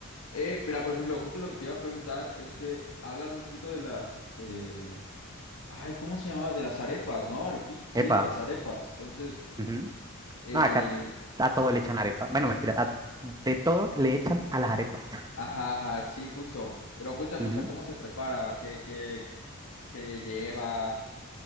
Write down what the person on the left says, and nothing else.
Eh, mira, por ejemplo, justo lo que te iba a preguntar es que háblame un poquito de las, este, ay, ¿cómo se llama? De las arepas, ¿no? Arepit, sí,
de las arepas. Entonces,
eh,
ajá, ajá, sí, justo. Pero cuéntame,
o sea, ¿cómo se prepara? ¿Qué, qué, qué lleva?